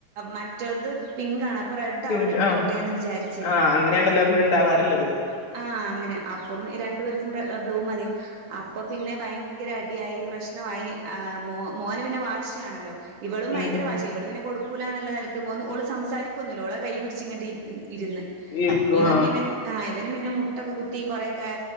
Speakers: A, on the right; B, on the left.
A: മറ്റൊൾത് പി ങ്കാണ് അപ്പൊ റെഡ്
B: പിങ്ക്
A: അവളെ ടുത്തോട്ടെന്ന്
B: ആ
A: വിചാരിച്ച്
B: ആ അങ്ങനെയാണല്ലോ നമ്മൾ ഉണ്ടാവാറുള്ളത്
A: ആ ആഹ് അങ്ങനെ അപ്പം രണ്ടു പേർക്കും റെബ്ലൂ മതി. അപ്പൊ പിന്നെ ഭയങ്കര അടിയായി പ്രശ്നവാ യി ആ മോ മോന് പിന്നെ വാശിയാണല്ലോ. ഇവളും ഭയങ്കര
B: ഉം ഉം
A: വാശിയ ഇവൾ പിന്നെ കൊടുക്കൂ ലാന്ന്ള്ള നില ഒന് ഓള് സംസാരിക്കൊന്നുല്ല ഓളത് കയ്യി പിടിച്ച് ങ്ങട്ട് ഇര് ഇരുന്ന്
B: ഇരിക്കും
A: ഇവൻ
B: ആ
A: പിന്നെ ആ ഇവന് പിന്നെ മുട്ടൊക്കെ കുത്തി കൊറെ കേ